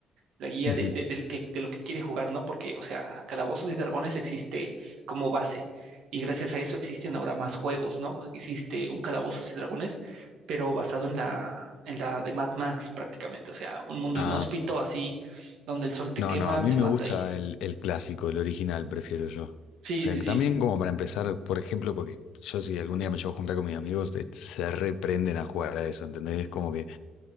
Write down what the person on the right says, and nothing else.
la guía
de, de- del que, de lo que quiere jugar, ¿no? Porque, o sea, Calabozos y Dragones existe como base. Y gracias a eso existen ahora más juegos, ¿no? Existe un Calabozos y Dragones, pero basado en la, en la de Mad Max prácticamente. O sea, un mundo
inhóspito así, donde el sol te
quema,
te
mata
y...
Sí,
sí,
sí.